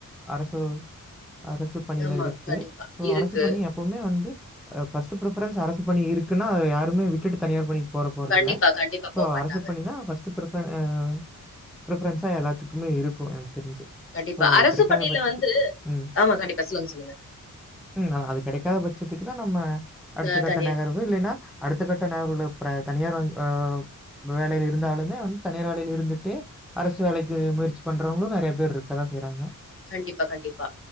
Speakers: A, in the centre; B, on the left.
A: அரசு அரசு பணியில
B: ஆமா
A: இருக்கு
B: கண்டிப்பா
A: சோ
B: இருக்கு
A: அரசு பணி எ ப்பவுமே வந்து ஃபஸ்ட் பிரிஃபெரென்ஸ் அரசு பணி இருக்குன்னா அத யாருமே விட்டுட்டு தனியார் பணி போற போறது
B: கண்டிப்பா
A: இல்ல
B: கண்டிப்பா
A: சோ
B: போக மாட்டாங்க
A: அரசு பணி தா ஃபஸ்ட்டு பிரிஃபெ அ பிரிஃபெரென்ஸா எல்லாத்துக்குமே இருக்கு எனக்கு தெரிஞ்சு.
B: கண்டிப்பா
A: ஸோ
B: அரசு
A: அது கிடைக்காத
B: பணியில
A: பட்சத்து
B: வந்து
A: ம்.
B: ஆமா கண்டிப்பா சொல்லுங்க சொல்லுங்க
A: ம். அதான் அது கிடைக்காத பட்சத்துக்கு தா நம்ம அடுத்த
B: அஹ்
A: கட்ட
B: தனியார்
A: நகர்வு இல்லனா அடுத்த கட்ட நகர்வுல இப்ப தனியார் ஆஹ் வேலையில இருந்தாலுமே வந்து தனியார் வேலையில இருந்துட்டே அரசு வேலைக்கு முயற்சி பண்றவங்களு நறைய பேர் இருக்கதா செய்யறாங்க
B: கண்டிப்பா கண்டிப்பா